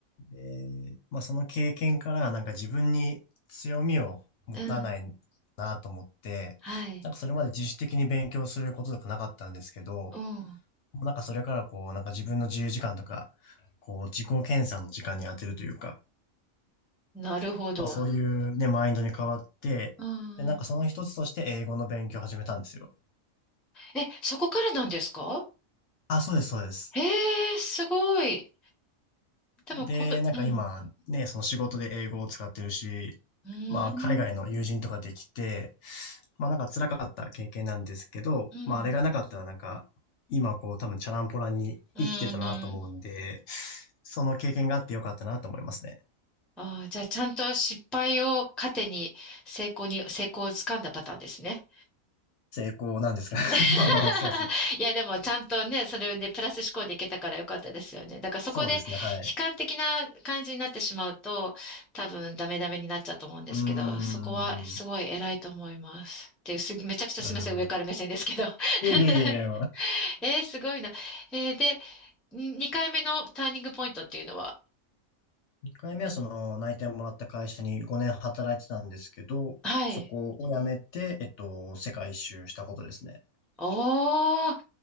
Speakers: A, on the left; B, in the centre.
A: えーまあ、その経験からなんか自分に強みを持たないなと思って、
B: うん、はい、
A: なんかそれまで自主的に勉強することとかなかったんですけど、
B: うん、
A: なんかそれからこう、なんか自分の自由時間とか、こう自己検査の時間に当てるというか、
B: なるほど。
A: まあそういうね、マインドに変わって、
B: うん。
A: で、なんかその一つとして英語の勉強を始めたんですよ。
B: え、そこからなんですか
A: あ、そうです、そうです。
B: ええーすごい。でもこ、
A: で、なんか今、
B: うん。
A: ね、その仕事で英語を使ってるし、
B: うーん。
A: まあ、海外の友人とかできて、まあ、なんか辛かった経験なんですけど、
B: うん。
A: まあ、あれがなかったら、なんか、今、こう、多分、チャランポランに生きてたなと思うんで、
B: うーん。
A: その経験があってよかったなと思いますね。
B: ああ、じゃあ、ちゃんと失敗を糧に成功に、成功をつかんだパターンですね。
A: 成功なんですか
B: <laughs>
A: <laughs> まあまあ、そうですね。
B: いや、でも、ちゃんとね、それでプラス思考でいけたからよかったですよね。だから、そこで悲
A: そうですね、はい。
B: 観的な感じになってしまうと、多分、ダメダメになっちゃうと思うんですけど、
A: うーん。
B: そこはすごい偉いと思います。
A: う
B: っていう、す、めちゃくちゃすみません、
A: ーん。
B: 上から目線ですけど。<laughs>
A: いえいえいえ、
B: えー、すごいな。えーで、に2回目のターニングポイントっていうのは、
A: 2回目はその内定もらった会社に5年働いてたんですけど、
B: はい。
A: そこを辞めて、えっと、世界一周したことですね。
B: おー、